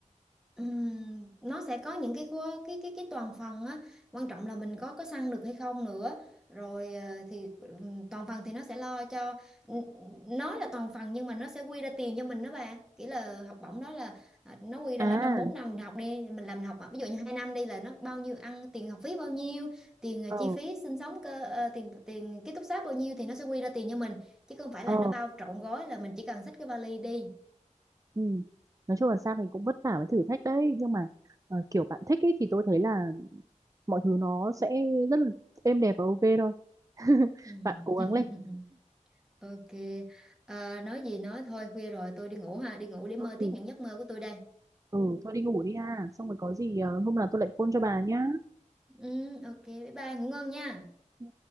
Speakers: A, in the centre; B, on the right.
A: Ừm, nó sẽ có những cái khu- cái cái cái toàn phần á quan trọng là mình có có săn được hay không nữa rồi ờ, thì ừm, toàn phần thì nó sẽ lo cho nó là toàn phần nhưng mà nó sẽ quy ra tiền cho mình đó bà kiểu là học bổng đó là à, nó quy ra
B: À,
A: là trong 4 năm mình học đi mình làm mình học à ví dụ như hai năm đi là nó bao nhiêu ăn tiền học phí bao nhiêu tiền ờ,
B: ờ,
A: chi phí sinh sống cơ ờ, tiền tiền ký túc xá bao nhiêu thì nó sẽ quy ra tiền cho mình chứ không phải
B: ờ,
A: là nó bao trọn gói là mình chỉ cần xách cái vali đi
B: ừ. Nói chung là sang thì cũng vất vả với thử thách đấy nhưng mà ờ, kiểu bạn thích ấy thì tôi thấy là mọi thứ nó sẽ rất là êm đẹp và ok thôi. <laughs>
A: Ừm.
B: Bạn cố
A: <laughs>
B: gắng lên.
A: Ok, à, nói gì nói thôi khuya rồi tôi đi ngủ ha, đi ngủ để mơ
B: Ừ,
A: tiếp những giấc mơ của tôi đây.
B: ừ, thôi đi ngủ đi ha. Xong rồi có gì ờ, hôm nào tôi lại phone cho bà nhá.
A: Ừ, ok, bye bye, ngủ ngon nha.
B: Ừ.